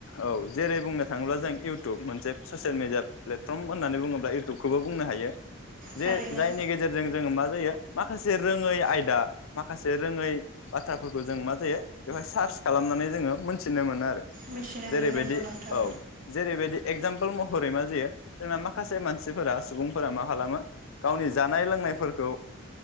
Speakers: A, on the left; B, on the right.
A: औ जेरै बुंनो थाङोब्ला जों इयउटुब मोनसे ससियेल मिडिया प्लेटफर्म होननानै बुङोब्ला इउटुबखौबो बुंनो हायो। जे
B: थारैनो
A: जायनि गेजेरजों जोङो मा जायो माखासे रोङै आयदा माखासे रोङै बाथ्राफोरखौ जों मा जायो बेवहाय सार्स खालामनानै जोङो मोन्थिनो मोनो आरो
B: मिथिनो
A: जेरैबायदि
B: मोनो नंगौ नोंथां
A: औ जेरैबायदि एक्जाम फौ महरै मा जायो जोंना माखासे मानसिफोरा सुबुंफोरा मा खालामो गावनि जानाय लोंनायफोरखौ